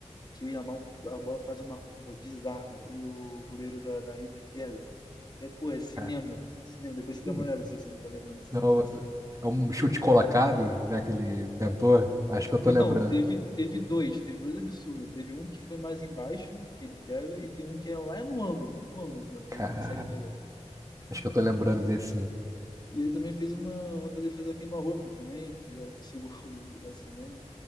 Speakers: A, on the left; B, on the right.
A: Que o Yamal, a bola faz uma curva bizarra e o goleiro da, da Inter pega. É, pô, é cinema.
B: cara.
A: Cinema. Depois você dá
B: Sim.
A: uma olhada se você não tá lembrando desse
B: Não,
A: lance.
B: é um chute colocado, né, que ele tentou. Acho que eu tô
A: Então,
B: lembrando.
A: teve, teve dois, teve dois absurdos. Teve um que foi mais embaixo, que ele pega, e tem um que é lá no ângulo, no ângulo mesmo,
B: Cara,
A: e ele consegue pegar.
B: acho que eu tô lembrando
A: Ele,
B: desse, sim.
A: e ele também fez uma outra defesa queima-roupa também, que era pra ser <laughs> gol do, do Barcelona.